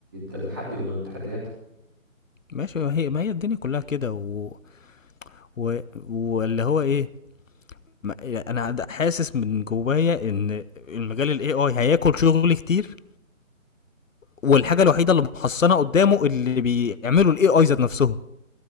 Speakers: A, on the right; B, on the left.
A: ده تحدي من ضمن التحديات
B: ماشي ما هي ما هي الدنيا كلها كده و... و... واللي هو ايه ما... انا د- حاسس من جوايا ان المجال الاي اي هياكل شغل كتير والحاجه الوحيده اللي محصنه قدامه اللي بيعملوا الاي اي ذات نفسهم